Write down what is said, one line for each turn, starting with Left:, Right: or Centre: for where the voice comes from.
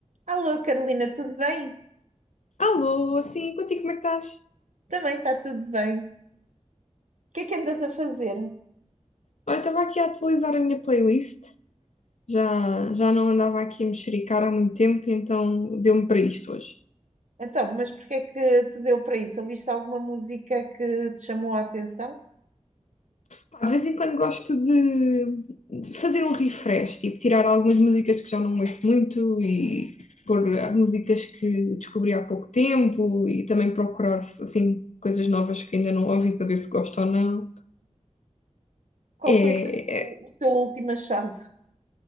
Right: Alô, Carolina, tudo bem?
Left: Alô, assim, contigo, como é que estás?
Right: Também está tudo bem. O que é que andas a fazer?
Left: Olha, estava aqui a atualizar a minha playlist. Já, já não andava aqui a mexericar há muito tempo, então deu-me para isto hoje.
Right: Então, mas porquê é que te deu para isso? Ouviste alguma música que te chamou a atenção?
Left: Pá, De vez em quando gosto de de fazer um refresh, tipo tirar algumas músicas que já não ouço muito e pôr ah, músicas que descobri há pouco tempo e também procurar assim coisas novas que ainda não ouvi para ver se gosto ou não.
Right: Qual
Left: É,
Right: foi o teu, o
Left: é...
Right: teu último achado?